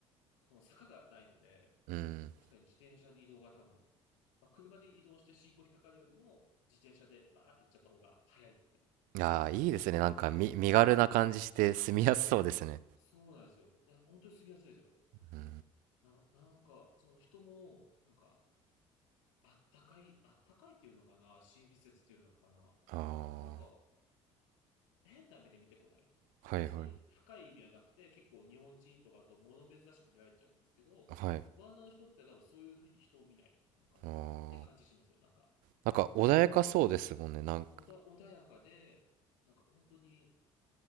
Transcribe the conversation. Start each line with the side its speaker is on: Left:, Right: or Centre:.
Left: この坂がないので、
Right: うん。
Left: 確かに自転車で移動が多分、まあ、車で移動して信号引っかかるよりも、自転車でバーって行っちゃった方が早いっていう。
Right: ああ、いいですね。なんかみ、
Left: はい。
Right: 身軽な感じして住みやすそうですね。
Left: そう。そうなんですよ。いや本当に住みやすいですよ。
Right: うん、
Left: な、なんか、その人も、なんか、あったかい、あったかいっていうのかな親切っていうのかな
Right: あ
Left: なんか、変な目で見てこない別に深い意味はなくて、
Right: あ、はいはい。
Left: 結構日本人とかあと物珍しく見られちゃうんですけど、
Right: はい。
Left: ワンダの人って多分そういうふうに人を見ないのかなって感じしますよ。
Right: ああ、
Left: なんか、
Right: なんか穏やかそうですもんね。なんか、
Left: おだ、穏やかで、なんか本当に、